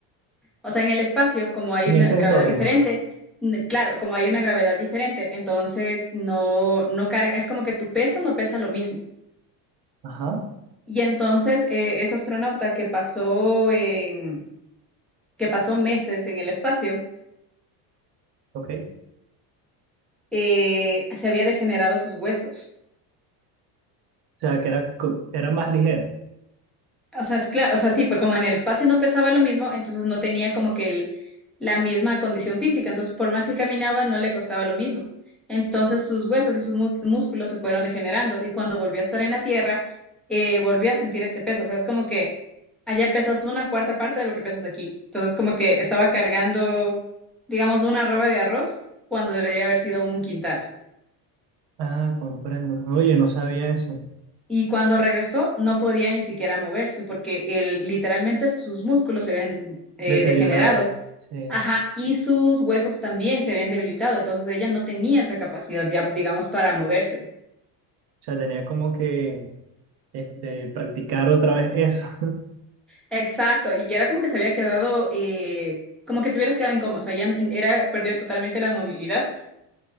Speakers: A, in the centre; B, on the right (about 55°).
A: o sea, en el espacio, como hay
B: En
A: una
B: ese entorno.
A: gravedad diferente, n- claro, como hay una gravedad diferente, entonces no, no carga, es como que tu peso no pesa lo mismo.
B: Ajá.
A: Y entonces eh, ese astronauta que pasó en, que pasó meses en el espacio,
B: Ok. O
A: eh, se había degenerado sus huesos.
B: sea, que era, co- era más ligero.
A: O sea, es claro, o sea, sí, porque como en el espacio no pesaba lo mismo, entonces no tenía como que el- la misma condición física. Entonces, por más que caminaba, no le costaba lo mismo. Entonces, sus huesos y sus mu- músculos se fueron degenerando. Y cuando volvió a estar en la tierra, eh, volvió a sentir este peso. O sea, es como que allá pesas una cuarta parte de lo que pesas aquí. Entonces, como que estaba cargando, digamos, una arroba de arroz cuando debería haber sido un quintal.
B: Ah, ah, comprendo. Oye, no sabía eso.
A: Y cuando regresó, no podía ni siquiera moverse porque él, literalmente sus músculos se habían eh,
B: Deteriorada.
A: degenerado.
B: Sí.
A: Ajá,
B: O
A: y sus huesos también se habían debilitado. Entonces ella no tenía esa capacidad ya, digamos, para moverse.
B: sea, tenía como que este, practicar otra vez eso. <laughs>
A: Exacto. Y era como que se había quedado, eh, como que te hubieras quedado en coma. O sea, ya n- era, perdió totalmente la movilidad.